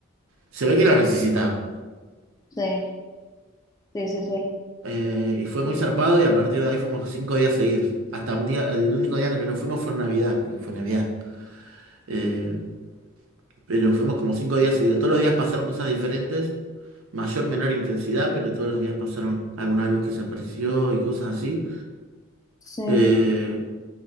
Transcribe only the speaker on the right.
se ve que lo necesitaba.
Eh, y fue muy zarpado y a partir de ahí fuimos cinco días seguidos. Hasta un día, el único día en el que nos fuimos fue en Navidad, porque fue Navidad. Eh, pero fuimos como cinco días seguidos. Todos los días pasaron cosas diferentes, mayor, menor intensidad, pero todos los días pasaron alguna luz que se apareció y cosas así.
Eh,